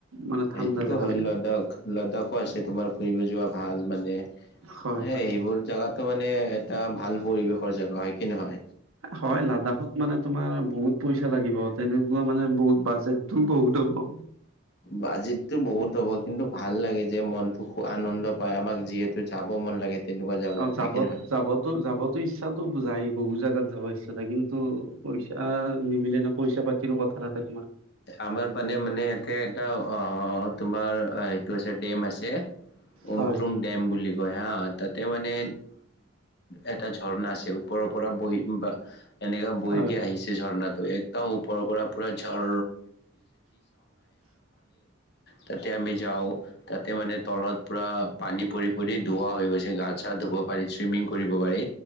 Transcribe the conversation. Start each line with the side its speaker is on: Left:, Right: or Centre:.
Right: মানে
Left: সেইটোতো
Right: ঠাণ্ডা জেগাবিলাক
Left: হয় লাডাখ লাডাখো আছে তোমাৰ ফুৰিব যোৱা ভাল মানে
Right: হয় হয়
Left: এ সেইবোৰ জেগাতো মানে এটা ভাল পৰিৱেশৰ জেগা হয় কি নহয়?
Right: হয় লাডাখত মানে তোমাৰ বহুত পইচা লাগিব তেনেকুৱা মানে বহুত বাজেটোও বহুত হ'ব
Left: বাজেতটো বহুত হ'ব কিন্তু ভাল লাগে যে মনতো খুব আনন্দ পায় আমাক যিহেতু যাব মন লাগে তেনেকুৱা জাগাত
Right: অ
Left: হয়
Right: যাবত
Left: কি নহয়
Right: যাবতো যাবতো ইচ্ছা তু যায় বহু জাগাত যাব ইচ্ছা যাই কিন্তু পইচা নিমিলে ন পইচা পাতিৰো কথা থাকে তোমাৰ
Left: আমাৰ মানে মানে ইয়াতে এটা অ তোমাৰ এইটো আছে ডেম আছে উমত্ৰুং
Right: হয়
Left: ডেম বুলি কয় হা ততে মানে এটা ঝৰ্ণা আছে ওপৰৰ পৰা বহি বা এনেকা বৈ
Right: হয়
Left: কে আহিছে ঝৰ্ণাতো একদম ওপৰৰ পৰা পুৰা ঝৰ তাতে আমি যাও তাতে মানে তলত পুৰা পানী পৰি পৰি ধুৱা হৈ গৈছে গাছ চছ ধুব পাৰি চুইমিং কৰিব পাৰি